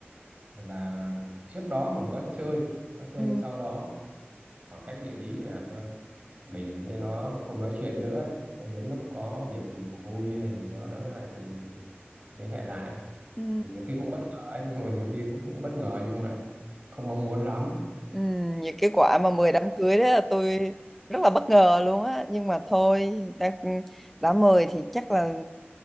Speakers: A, on the right (about 35°); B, in the centre.
A: là trước đó mình có chơi có chơi
B: ừ
A: nhưng sau đó khoảng cách địa lý làm cho mình với nó không nói chuyện nữa Nên đến lúc có việc gì vui hay gì đó nó lại liên hệ lại
B: Ừ.
A: Thì nhiều khi cũng bất ngờ ấy, nhưng mà nhiều khi cũng, cũng bất ngờ nhưng mà không mong muốn lắm
B: Ừ, những cái quả mà mời đám cưới đó là tôi rất là bất ngờ luôn á nhưng mà thôi người ta cũng đã mời thì chắc là